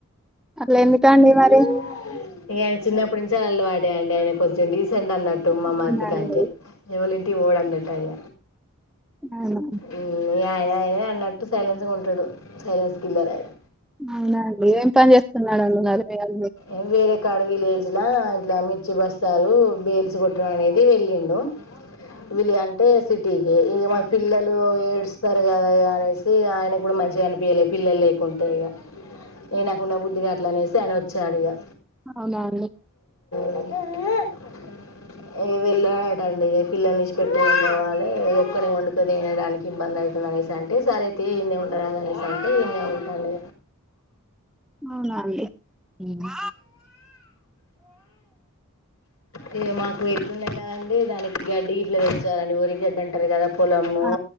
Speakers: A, in the centre; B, on the left.
A: అట్ల ఎందుకండి మరి
B: అట్ల ఏందుకండి ఇక ఆయన చిన్నప్పుడు నుంచి అలవాటే అండి ఆయన కొంచెం డీసెంట్ అన్నట్టు మా
A: అవునా
B: మరిది కంటే
A: అండి
B: ఎవలల్లింటికీ ఓడ్ అన్నట్టు ఆయ
A: అవునా
B: హు ఆయన అయనే అన్నటు సైలన్స్ ఉంటాడు సైలెన్స్ కిల్లర్ ఆయన
A: అవునా అండి ఏం పని చేస్తున్నాడండి మీ హస్
B: ఏ వేరే కాడ విలేజ్లా ఇట్లా మిర్చి బస్ చేస్తారు బేల్స్ కొట్టడం అనేది వెళ్ళిండు వీల్లు అంటే సిటీకి ఇక మా పిల్లలు ఏడుస్తారు కదా అనేసి ఆయన కూడా మంచిగా అనిపించలే పిల్లలు లేకుంటే ఇగ నే నాకుండ బుద్ధిగావట్లే అనేసి వచ్చాడిగా
A: అవునా అండి
B: అ ఇగ వెళ్ళడటండి పిల్లల నిడిచి పెట్టి ఏం వెళ్ళలే ఒక్కని వండుకొని తినడానికి ఇబ్బందయితుంది అనేసి స్థాంటే సరే తి ఈన్నే ఉండరాదనే సరే తీ ఈన్నె ఉంటాను
A: అవునా అండి అవ్వ
B: వ్ ఇ మాకు ఇట్లు ఉన్నాయి గా అంటే దానికి గడ్డి గిట్లుది వచ్చాలండి ఉరి గడ్డి అంటారు కదా పొలము
A: ఆ